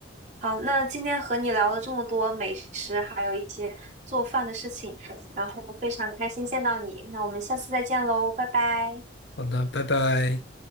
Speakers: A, on the right; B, on the left.
A: 好，那今天和你聊了这么多美食，还有一些做饭的事情，然后非常开心见到你。那我们下次再见喽，拜拜。
B: 好的，拜拜。